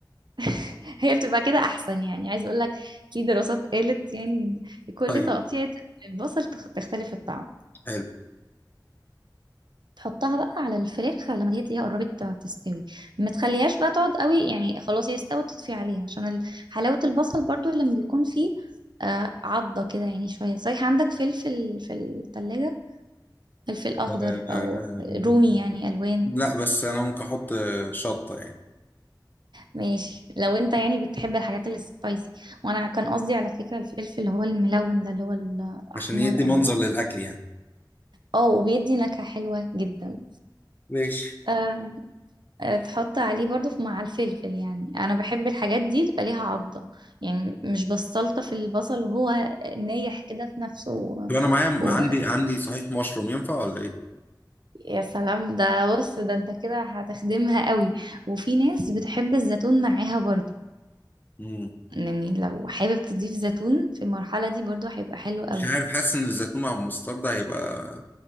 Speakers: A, on the right; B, on the left.
A: <laughs> هي بتبقى كده احسن يعني عايز اقول لك في دراسات قالت يعني ان كل
B: <laughs> طيب
A: تقطيع البصل تخ- تختلف الطعم
B: حلو
A: تحطها بقى على الفراخ لما دي تلاقيها قربت تستوي ما تخليهاش بقى تقعد قوي يعني خلاص هي استوت تطفي عليها عشان ال- حلاوة البصل برضو لما بيكون فيه آه، عضة كده يعني شوية صحيح عندك فلفل في التلاجة فلفل أخضر
B: آه، آه، آه،
A: أو
B: آه،
A: رومي يعني ألوان
B: لا بس انا ممكن احط آه، شطة يعني
A: ماشي لو أنت يعني بتحب الحاجات السبايسي وأنا كان قصدي على فكرة الفلفل اللي هو الملون ده اللي هو الأحمر
B: عشان يدي
A: أو
B: منظر للاكل يعني
A: اه وبيدي نكهة حلوة جدا
B: ماشي
A: آه، آه، تحط عليه برضو في- مع الفلفل يعني انا بحب الحاجات دي تبقى ليها عضة يعني مش بستلطف في البصل وهو نايح كده في نفسه و...
B: طب انا معايا
A: و...
B: عندي عندي صحيح مشروم ينفع ولا
A: يا سلام ده بص ده انت كده هتخدمها قوي وفي ناس بتحب الزيتون معاها برضو
B: ايه؟
A: يعني لو حابب تضيف زيتون في المرحلة دي برضو هيبقى حلو قوي
B: مش عارف حاسس ان الزيتون مع المسترد هيبقى